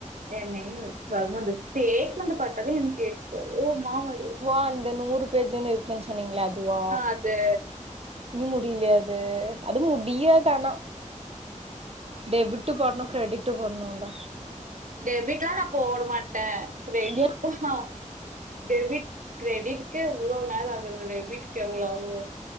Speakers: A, on the right; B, on the right.
A: என்னயு கர்மோந்த ஸ்டேட் மேன்ட பாத்தாத எனக்கே கோவமா வரு
B: ஓ அந்த நூறு பேஜன்னு இருக்கன்னு சொன்னீங்களா அதுவா
A: அது
B: இன்னு முடியலைய அது அது முடியது ஆனா டெபிட்டு போடணு க்ரெடிட்டு போடணும்ல
A: டெபிட்லா நா போட மாட்டே கிரெடிட்
B: ஏ
A: தா டெபிட் கிரெடிட்டுகே எவ்ளோ நாளாகுது டெபிட்டுக்கு எவ்ளோ ஆகு